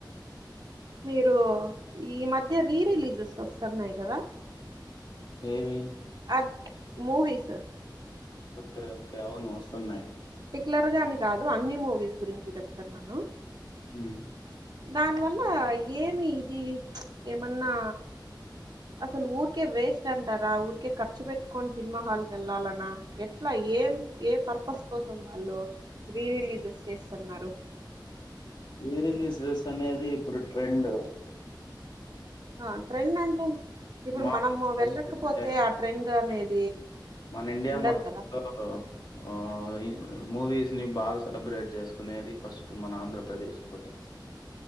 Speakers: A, on the right; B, on the left.
A: మీరు ఈ మధ్య రీ రిలీజెస్ వస్తున్నాయి కదా
B: ఏవి
A: అ మూవీస్
B: ఓకే ఓకే అవును వస్తున్నాయి
A: లర్ గాని కాదు అన్ని మూవీస్ గురించి చెప్తాన్నాను
B: ఉమ్
A: దానివల్ల ఏమి ఇది ప్చ్ ఏమన్నా అసలు ఊరికే వేస్ట్ అంటారా ఊరికే ఖర్చు పెట్టుకొని సినిమా హాల్ కి వెళ్ళాలన్నా ఎట్లా ఏం ఏ పర్పస్ కోసం వాళ్ళు రీ రిలీజ్ జెస్ చేస్తున్నారు
B: రీ రిలీజెస్ అనేది ఇప్పుడు ట్రెండ్
A: ఆ ట్రెండ్ అంటే ఇప్పుడు
B: మా
A: మనము
B: తెలిసిందే
A: వెళ్ళకపోతే ఆ ట్రెండ్ అనేది
B: మన ఇండియా
A: ఉండదు
B: మొత్తంలో
A: కదా
B: ఉమ్ ఇది మూవీస్ ని బాగా సెలబ్రేట్ చేసుకునేది ఫస్ట్ మన ఆంధ్రప్రదేశ్ ఒకటే